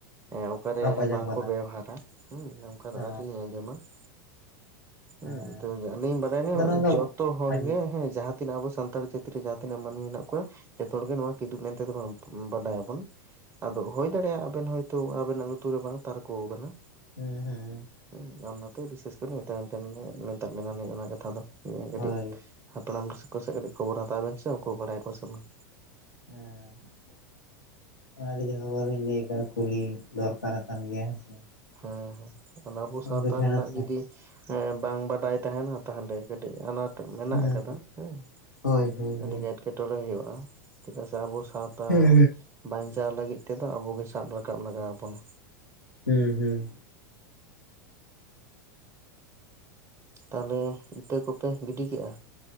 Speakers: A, on the right; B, on the left.
A: ᱮᱸ ᱚᱠᱟᱨᱮ
B: ᱵᱟᱠᱚ ᱟᱸᱡᱚᱢ
A: ᱵᱟᱝ
B: ᱠᱟᱫᱟ
A: ᱠᱚ ᱵᱮᱣᱦᱟᱨᱟ, ᱦᱩᱸ ᱱᱚᱝᱠᱟ ᱫᱚ
B: ᱚ
A: ᱟᱹᱣᱨᱤ ᱞᱤᱧ ᱟᱸᱡᱚᱢᱟ ᱾
B: ᱦᱮᱸ
A: ᱦᱩᱸ, ᱛᱚᱵᱮ ᱟᱹᱞᱤᱧ ᱵᱟᱰᱟᱭᱟᱞᱤᱧ
B: ᱟᱫᱚ ᱱᱚᱣᱟ ᱫᱚ
A: ᱡᱚᱛᱚ ᱦᱚᱲ
B: ᱟᱹᱰᱤ
A: ᱜᱮ ᱦᱮᱸ ᱡᱟᱦᱟᱸ ᱛᱤᱱᱟᱹᱜ ᱟᱵᱚ ᱥᱟᱱᱛᱟᱲ ᱡᱟᱹᱛᱤ ᱨᱮ ᱡᱟᱦᱟᱸ ᱛᱤᱱᱟᱹᱜ ᱢᱟᱹᱱᱢᱤ ᱢᱮᱱᱟᱜ ᱠᱚᱣᱟ ᱡᱚᱛᱚ ᱦᱚᱲᱜᱮ ᱱᱚᱣᱟ ᱠᱤᱫᱩᱵ ᱢᱮᱱᱛᱮᱫᱚ ᱵᱚᱱ ᱵᱟᱰᱟᱭᱟᱵᱚᱱ ᱾ ᱟᱫᱚ ᱦᱳᱭ ᱫᱟᱲᱮᱭᱟᱜᱼᱟ ᱟᱵᱮᱱ ᱦᱚᱭᱛᱳ ᱟᱵᱮᱱᱟᱜ ᱞᱩᱛᱩᱨ ᱨᱮ ᱵᱟᱝ ᱛᱟᱨᱠᱳ ᱠᱟᱱᱟ᱾
B: ᱦᱩᱸ ᱦᱩᱸ᱾
A: ᱦᱩᱸ ᱟᱨ ᱚᱱᱟᱛᱮ ᱵᱤᱥᱮᱥ ᱠᱚᱨᱮ ᱫᱚ ᱢᱮᱛᱟᱜ ᱵᱮᱱ, ᱢᱮᱛᱟᱜ ᱵᱮᱱᱟ ᱞᱤᱧ ᱚᱱᱟ ᱠᱟᱛᱷᱟ ᱫᱚ ᱠᱟᱹᱴᱤᱡ
B: ᱦᱳᱭ
A: ᱦᱟᱯᱲᱟᱢ ᱠᱚ ᱥᱮᱜ ᱨᱮ ᱠᱟᱹᱴᱤᱡ ᱠᱷᱚᱵᱚᱨ ᱦᱟᱛᱟᱣ ᱵᱤᱱ ᱥᱮ ᱩᱝᱠᱩ ᱵᱟᱲᱟᱭᱟᱠᱚ ᱥᱮ ᱵᱟᱝ?
B: ᱦᱩᱸ᱾ ᱚᱱᱟᱛᱮ ᱡᱮ ᱠᱷᱚᱵᱚᱨ ᱞᱤᱧ ᱞᱟ. ᱭ ᱠᱟᱜ-ᱟ ᱠᱩᱞᱤ ᱫᱚᱨᱠᱟᱨ ᱟᱠᱟᱱ ᱜᱮᱭᱟ ᱦᱮᱸ ᱥᱮ᱾
A: ᱦᱩᱸ ᱦᱩᱸ, ᱟᱨ ᱟᱵᱚ
B: ᱩᱱᱠᱩ
A: ᱥᱟᱶᱛᱟ
B: ᱴᱷᱮᱱ
A: ᱨᱮᱱᱟᱜ
B: ᱦᱮᱸ ᱥᱮ
A: ᱡᱩᱫᱤ ᱦᱮᱸ ᱵᱟᱝ ᱵᱟᱰᱟᱭ ᱛᱟᱸᱦᱮᱱ ᱟ ᱛᱟᱦᱞᱮ ᱠᱟᱹᱴᱤᱡ ᱟᱱᱟᱴ ᱱᱤᱛᱚᱜ ᱢᱮᱱᱟᱜ
B: ᱦᱩᱸ
A: ᱟᱠᱟᱫᱟ ᱦᱩᱸ,
B: ᱦᱳᱭ ᱦᱳᱭ
A: ᱟᱹᱰᱤ
B: ᱦᱳᱭ
A: ᱜᱟᱴ ᱴᱚᱬᱮ ᱦᱩᱭᱩᱜ-ᱟ, ᱪᱮᱫᱟᱜ ᱥᱮ ᱟᱵᱚ ᱥᱟᱶᱛᱟ
B: ᱦᱮᱸ
A: ᱵᱟᱧᱪᱟᱣ ᱞᱟᱹᱜᱤᱫ ᱛᱮᱫᱚ ᱟᱵᱚ ᱜᱮ ᱥᱟᱵ ᱨᱟᱠᱟᱵ ᱞᱟᱜᱟᱣᱵᱚᱱᱟ᱾
B: ᱦᱩᱸ ᱦᱩᱸ᱾
A: ᱛᱟᱞᱦᱮ ᱤᱛᱟᱹ ᱠᱚᱯᱮ ᱜᱤᱰᱤ ᱠᱮᱜ-ᱟ?